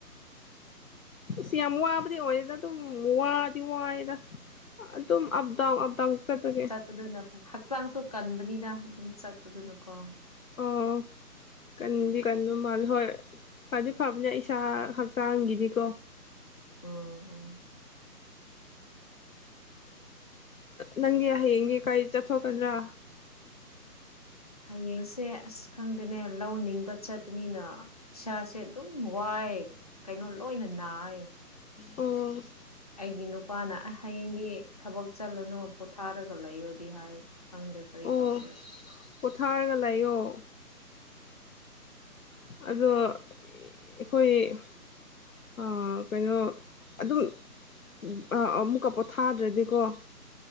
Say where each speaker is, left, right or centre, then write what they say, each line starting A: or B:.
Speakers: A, on the left; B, on the left.
A: ꯁꯤ ꯌꯥꯝꯃ ꯋꯥꯕꯗꯤ ꯑꯣꯏꯗ ꯇꯨ ꯋꯥꯗꯤ ꯋꯥꯗ- -- ꯑꯗꯨꯝ ꯑꯞ-ꯗꯥꯎ ꯑꯞ-ꯗꯥꯎ ꯆꯠꯄꯒꯤ꯫
B: ꯑꯗꯨꯅ ꯍꯛꯆꯥꯡꯁꯨ ꯀꯟꯕꯅꯤꯅ ꯑꯗꯨꯝ ꯆꯠꯄꯗꯨꯅꯀꯣ꯫
A: ꯑꫭ- -- ꯀꯟꯗꯤ ꯀꯟꯕ ꯃꯥꯜꯂꯦ ꯍꯣꯏ ꯐꯗꯤ ꯐꯕꯅꯦ ꯏꯁꯥ ꯍꯛꯆꯥꯡꯒꯤꯅꯤꯀꯣ꯫
B: ꯎꯝ ꯎꯝ
A: ꯅꯪꯒꯤ ꯍꯌꯦꯡꯒꯤ ꯀꯥꯏ ꯆꯠꯊꯣꯛꯀꯗ꯭ꯔꯥ꯫
B: ꯍꯌꯦꯡꯁꯦ ꯑꯁ ꯈꯪꯗꯦꯅꯦ ꯂꯧ ꯅꯤꯡꯕ ꯆꯠꯄꯅꯤꯅ‌꯫ ꯏꯁꯥꯁꯦ ꯑꯗꯨꯝ ꯋꯥꯏ ꯀꯩꯅꯣ ꯂꯣꯏꯅ ꯅꯥꯏ꯫
A: ꯑꯣ
B: ꯑꯩꯒꯤ ꯅꯨꯄꯥꯅ ꯍꯌꯦꯡꯒꯤ ꯊꯕꯛ ꯆꯠꯂꯅꯨ ꯄꯣꯊꯥꯔꯒ ꯂꯩꯌꯣꯗꯤ ꯍꯥꯏ꯫ ꯈꯪꯗ꯭ꯔꯦ ꯀꯔꯤ
A: ꯑꯣ
B: ꯇꯧꯁꯤꯔꯣ- --
A: ꯄꯣꯊꯥꯔꯒ ꯂꯥꯛꯌꯑꯣ꯫ ꯑꯗꯣ ꯑꯩꯈꯣꯏ- -- ꯑꯥ ꯀꯩꯅꯣ ꯑꯗꯨꯝ- -- ꯑꯥ ꯑꯃꯨꯛꯀ ꯄꯣꯠꯊꯥꯗ꯭ꯔꯗꯤꯀꯣ- --